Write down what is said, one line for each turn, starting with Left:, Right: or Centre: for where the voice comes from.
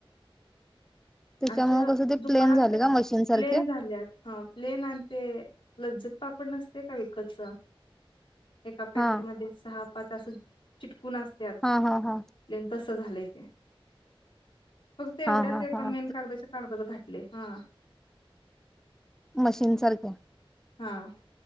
Centre: त्याच्यामुळे
Left: असं
Centre: कसं ते
Left: दुकानात
Centre: प्लेन झाले का मशीन सारखे
Left: प्लेन झाल्यात हा प्लेन आणि ते लज्जत पापड नसत का विकतच. एका पॅकेटमध्ये
Centre: हा
Left: सहा त्या पासून चिकटून. <unintelligible>
Centre: हा हा हा
Left: झालंय ते फक्त एवढच
Centre: हा हा
Left: एक ते
Centre: हा
Left: मेन कागदाच्या कागदावर घाल. हा.
Centre: मशीन सारख्या
Left: हा.